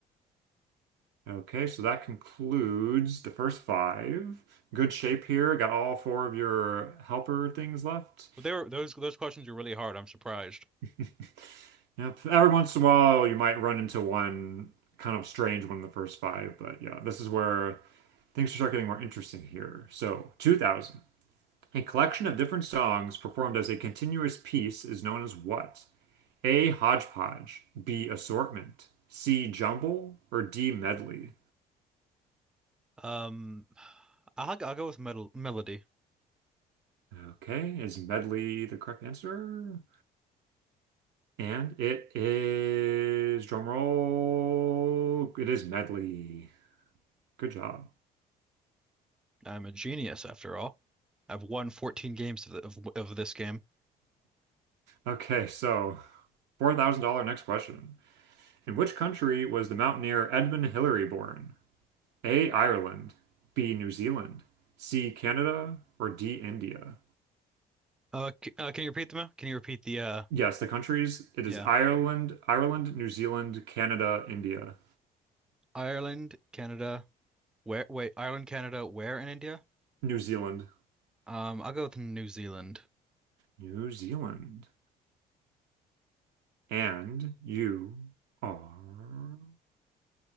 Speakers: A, on the right; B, in the centre.
A: Okay, so that concludes the first five. Good shape here. Got all four of your helper things left.
B: They were those those questions are really hard. I'm surprised.
A: <laughs> Yep. Every once in a while, you might run into one kind of strange one in the first five, but yeah, this is where things start getting more interesting here. So, 2000. A collection of different songs performed as a continuous piece is known as what? A. Hodgepodge, B. Assortment, C. Jumble, or D. Medley?
B: Um, I'll I'll go with Mel Melody.
A: Okay, is medley the correct answer? And it is drum roll. It is medley. Good job.
B: I'm a genius after all. I've won 14 games of the, of of this game.
A: Okay, so $4,000 next question. In which country was the mountaineer Edmund Hillary born? A. Ireland, B. New Zealand, C. Canada, or D. India?
B: Uh, c uh, can you repeat them? Can you repeat the uh
A: Yes, the countries. It
B: yeah.
A: is Ireland, Ireland, New Zealand, Canada, India.
B: Ireland, Canada, where wait, Ireland, Canada, where in India?
A: New Zealand.
B: Um, I'll go with New Zealand.
A: New Zealand. And you are